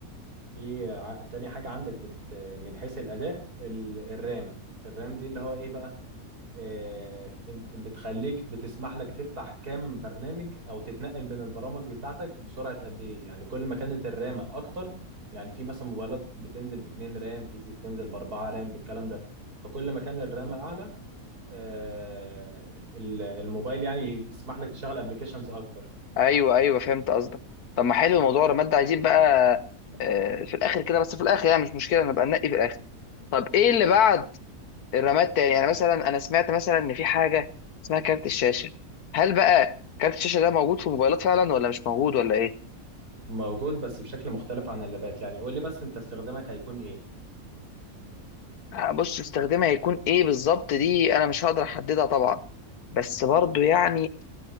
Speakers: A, on the right; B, on the left.
A: في ع- تاني حاجة عندك بت من حيث الأداء ال- الرام الرام دي اللي هو إيه بقى آه، انت بتخليك بتسمح لك تفتح كام برنامج او تتنقل بين البرامج بتاعتك بسرعه قد ايه يعني كل ما كانت الرامه اكتر يعني في مثلا موبايلات بتنزل باتنين رام في بتنزل باربعه رام بالكلام ده فكل ما كان الرامه اعلى آه، ال- الموبايل يعني يسمح لك تشغل ابلكيشنز اكتر
B: ايوه ايوه فهمت قصدك طب ما حلو موضوع الرماد ده عايزين بقى آه، في الاخر كده بس في الاخر يعني مش مشكله نبقى ننقي في الاخر طب ايه اللي بعد الرماد تاني يعني مثلا انا سمعت مثلا ان في حاجه اسمها كارت الشاشه هل بقى كارت الشاشه ده موجود في الموبايلات فعلا ولا مش موجود ولا ايه
A: موجود بس بشكل مختلف عن اللابات يعني قول لي بس انت استخدامك هيكون ايه
B: آه، بص استخدامها هيكون ايه بالظبط دي انا مش هقدر احددها طبعا بس برضو يعني